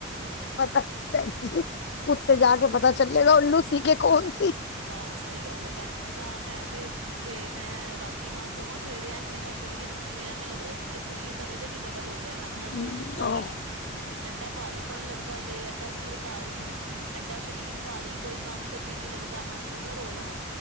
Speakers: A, on the left; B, on the right.
A: ਪਤਾ ਭੈਣਜੀ ਉੱਤੇ ਜਾ ਕੇ ਪਤਾ ਚੱਲੇਗਾ ਉੱਲੂ ਸੀ ਕਿ ਕੌਣ ਸੀ।
B: ਹਾਂ ਸਈ ਗੱਲ ਐ ਭੈਣ ਜੀ ਨਾ ਮੈਂ ਤੇ ਜੇ ਮੈਂ ਰਾਤੀ ਨਾ ਸੋਵਾਂ ਸਵੇਰੇ ਐਂਜ ਮੇਰਾ ਸਰੀਰ ਜਿਵੇਂ ਐਵੇਂ ਲੱਗਦਾ ਜਿਵੇਂ ਮੇਰੇ ਸਰੀਰ ਦਾ ਵਜਨ ਈ ਡਬਲ ਹੋ ਗਿਆ ਮੈਂ ਆਪਣਾ
A: ਨਾ
B: ਸਰੀਰ ਚੱਕਾ ਕਿਵੇਂ, ਐਡਾ ਭਾਰੀਪਨ ਲੱਗਦਾ ਜੇ ਐਡਾ ਸਿਰ ਭਾਰੀ, ਐਡਾ ਸਰੀਰ ਭਾਰੀ, ਕੋਈ ਕੰਮ ਤੇ ਜੀਅ ਨੀ ਲੱਗਦਾ ਮਨ ਕਰਦਾ ਰੋ ਲਵਾਂ